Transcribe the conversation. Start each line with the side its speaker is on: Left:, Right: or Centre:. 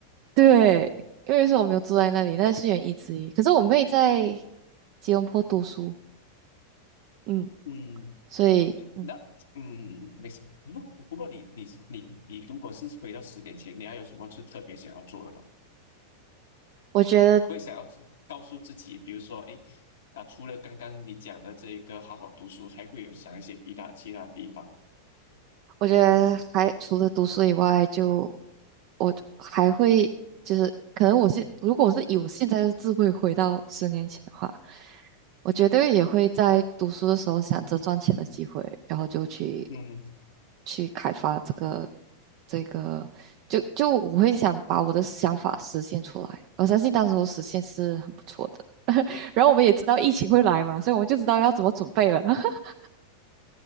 Right: 对，
Left: 嗯
Right: 因为是我没有住在那里，那是原因之一。可是我妹在吉隆坡读书，嗯，
Left: 嗯，
Right: 所以
Left: 那嗯没什么。不不过你你你你如果是回到十年前，你还有什么是特别想要做的吗？
Right: 我觉得，
Left: 会想要是告诉自己，比如说，哎，啊，除了刚刚你讲的这个好好读书，还会有想一些其他其他地方吗？
Right: 我觉得还除了读书以外就，我还会就是，可能我是如果我是以我现在的智慧回到十年前的话，我绝对也会在读书的时候想着赚钱的机会，然后就去
Left: 嗯，
Right: 去开发这个这个，就就我会想把我的想法实现出来。我相信到时候实现是很不错的。然后我们也知道疫情会来嘛，所以我们就知道要怎么准备了。<laughs>